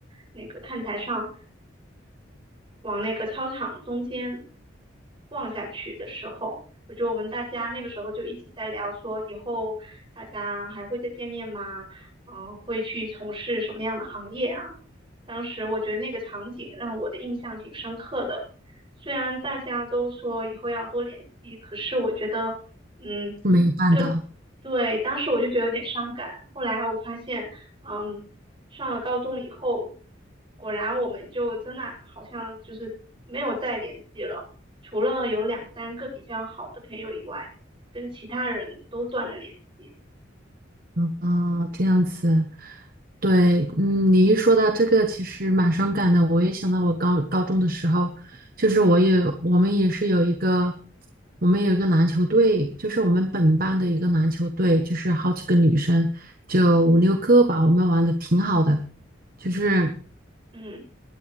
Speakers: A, on the right; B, on the right.
A: 那个看台上往那个操场中间望下去的时候，我觉得我们大家，那个时候就一起在聊说，以后大家还会再见面吗？嗯、会去从事什么样的行业啊？当时我觉得那个场景让我的印象挺深刻的。虽然大家都说以后要多联系，可是我觉得，嗯，
B: 没有办到，
A: 就对，当时我就觉得有点伤感。后来我发现，嗯，上了高中以后，果然我们就真的好像就是没有再联系了，除了有两三个比较好的朋友以外，跟其他人都断了联系。
B: 嗯，啊，这样子，对，嗯，你一说到这个，其实蛮伤感的。我也想到我高高中的时候，就是我也我们也是有一个，我们有一个篮球队，就是我们本班的一个篮球队，就是好几个女生，就五六个吧，我们玩的挺好的，就是。
A: 嗯。